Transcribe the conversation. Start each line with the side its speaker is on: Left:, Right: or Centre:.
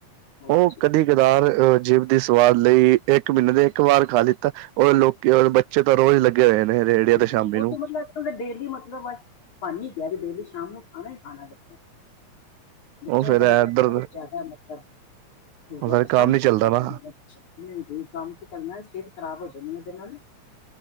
Left: ਹੋਰ
Right: ਉਹ
Left: ਜੀ
Right: ਕਦੀ ਕਦਾਰ ਅ ਜਿਬ ਦੀ ਸਵਾਦ ਲਈ, ਇੱਕ ਮਹੀਨੇ ਦੇ ਇੱਕ ਵਾਰ ਖਾ ਲਿੱਤਾ। ਓ ਲੋਕੀ, ਓ ਬੱਚੇ ਤਾਂ ਰੋਜ਼ ਲੱਗੇ ਹੋਏ ਨੇ। ਰੇਹੜੀਆਂ
Left: ਹਾਂਜੀ,
Right: ਸ਼ਾਮੀ
Left: ਓ
Right: ਨੂੰ
Left: ਤੇ ਮਤਲਬ ਓ ਤੇ ਡੇਲੀ ਮਤਲਬ ਅੱਜ ਬਨ ਈ ਗਿਆ ਕਿ ਡੇਲੀ ਸ਼ਾਮ ਨੂੰ ਖਾਨਾ ਹੀ ਖਾਨਾ ਬੱਚਿਆਂ ਨੇ। ਬੱਚਿਆਂ
Right: ਉਹ ਫੇਰ
Left: ਦਾ
Right: ਇੱਧਰ
Left: ਮਤਲਬ ਬੋਤ ਜਾਦਾ ਮਤਲਬ ਹੋ
Right: ਉਹ
Left: ਗਿਆ
Right: ਫੇਰ
Left: ਪਸੰਦ
Right: ਕੰਮ ਨੀ
Left: ਬੋਤ
Right: ਚੱਲਦਾ
Left: ਕਰਦੇ
Right: ਨਾ
Left: ਨੇ। ਨਈ-ਨਈ ਕੰਮ ਕੀ ਕਰਨਾ, ਸਿਹਤ ਖਰਾਬ ਹੋ ਜਾਨੀ ਏਦੇ ਨਾਲ।